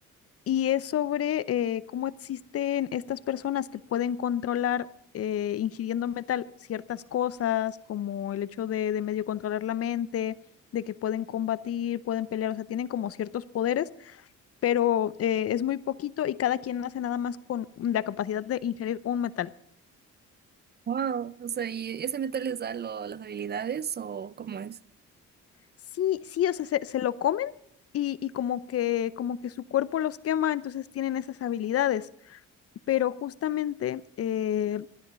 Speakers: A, on the left; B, on the right.
A: y es sobre eh, cómo existen estas personas que pueden controlar eh, ingiriendo metal ciertas cosas, como el hecho de, de medio controlar la mente, de que pueden combatir, pueden pelear, o sea, tienen como ciertos poderes, pero eh, es muy poquito y cada quien hace nada más con la capacidad de ingerir un metal.
B: Wow, o sea, ¿y ese metal les da lo- las habilidades o cómo es?
A: Sí, sí, o sea, se, se lo comen y, y como que, como que su cuerpo los quema, entonces tienen esas habilidades, pero justamente... eh,